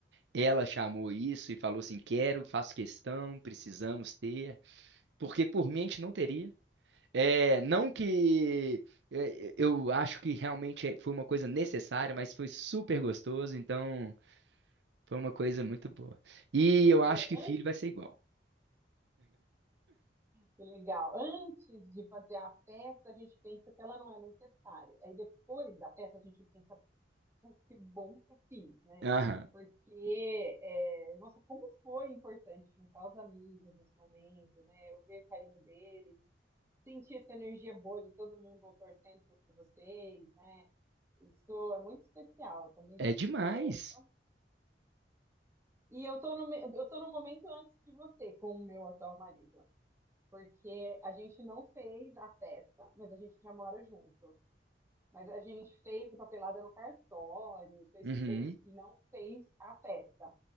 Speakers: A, on the right; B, on the right.
A: ela chamou isso e falou assim: quero, faço questão, precisamos ter, porque por mim a gente não teria. É, não que é, eu acho que realmente é- foi uma coisa necessária, mas foi super gostoso, então foi uma coisa muito boa. E eu acho
B: é
A: que
B: antes,
A: filho vai ser igual.
B: que legal. Antes de fazer a festa, a gente pensa que ela não é necessária. Aí depois da festa, a gente pensa, pô, que bom que eu fiz, né?
A: Aham.
B: Porque, é, nossa, como foi importante juntar os amigos nesse momento, né? Eu ver o carinho deles, sentir essa energia boa de todo mundo torcendo por vocês, né? Isso é muito especial. Também já
A: É
B: fiz
A: demais.
B: festa. E eu tô no, me- eu tô no momento antes de você com o meu atual marido. Porque a gente não fez a festa, mas a gente já mora junto. Mas a gente fez a papelada no cartório, fez
A: Uhum.
B: tudo isso, e não fez a festa.